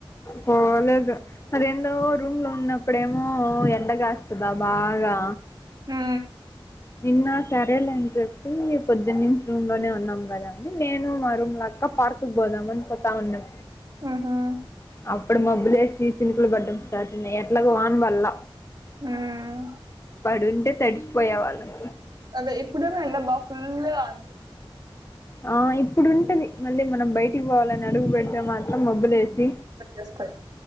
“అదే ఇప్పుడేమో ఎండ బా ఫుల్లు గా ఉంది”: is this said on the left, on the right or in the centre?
Right